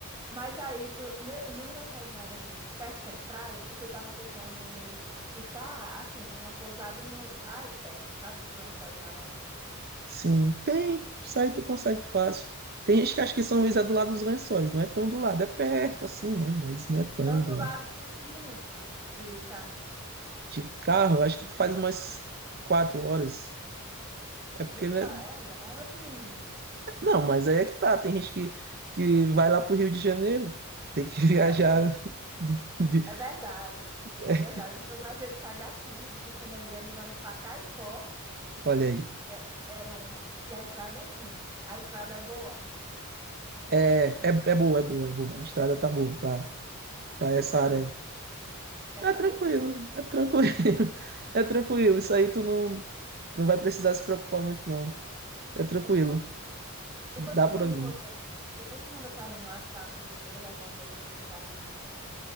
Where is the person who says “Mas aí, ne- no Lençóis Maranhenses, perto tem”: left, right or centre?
Right